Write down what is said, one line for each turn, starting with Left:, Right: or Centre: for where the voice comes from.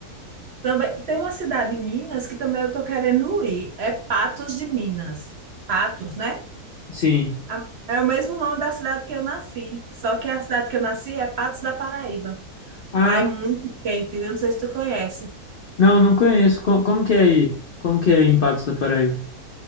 Right: Também tem uma cidade em Minas que também eu tô querendo ir, é Patos de Minas. Patos, né?
Left: Sim.
Right: A- É o mesmo nome da cidade que eu nasci, só que a cidade que eu nasci é Patos da Paraíba.
Left: Ah,
Right: Lá é muito quente, eu não sei se tu conhece.
Left: não, não conheço. Co- Como, que é aí? Como que é em Patos da Paraíba?